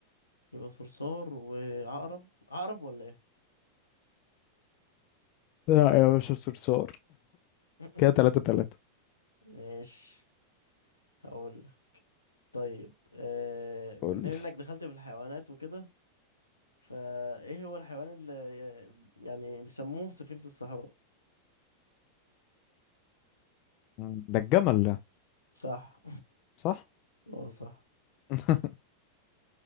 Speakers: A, on the left (about 80°); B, on the left (about 40°).
A: يبقى صرصار وعقرب عقرب ولا ايه
B: لا يا باشا الصرصار
A: <clears throat>
B: كده تلاتة تلاتة
A: <laughs> ماشي هقول لك طيب آه، بما
B: قولي
A: انك دخلت في الحيوانات وكده فايه هو الحيوان اللي يعني بيسموه سفينة الصحراء
B: مم. ده الجمل ده
A: صح
B: صح
A: <laughs> اه صح
B: <laughs>